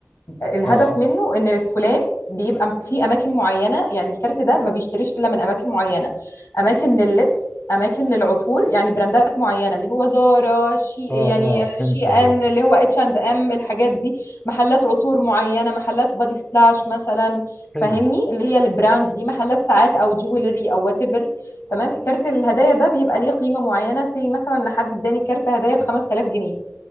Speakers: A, on the left; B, on the left.
A: الهدف
B: اه
A: منه ان فلان بيبقى في اماكن معينه يعني الكارت ده ما بيشتريش الا من اماكن معينه اماكن لللبس اماكن للعطور يعني براندات معينه اللي هو زارا شي
B: اه
A: يعني
B: اه فهمت
A: شي ان
B: عليك
A: اللي هو اتش اند ام الحاجات دي محلات عطور معينه محلات بادي سلاش مثلا
B: حلو
A: فاهمني اللي هي البراندز دي محلات ساعات او جويلري او وات ايفر تمام الكارت الهدايا ده بيبقى ليه قيمه معينه سي مثلا ان حد اداني كارت هدايا ب 5000 جنيه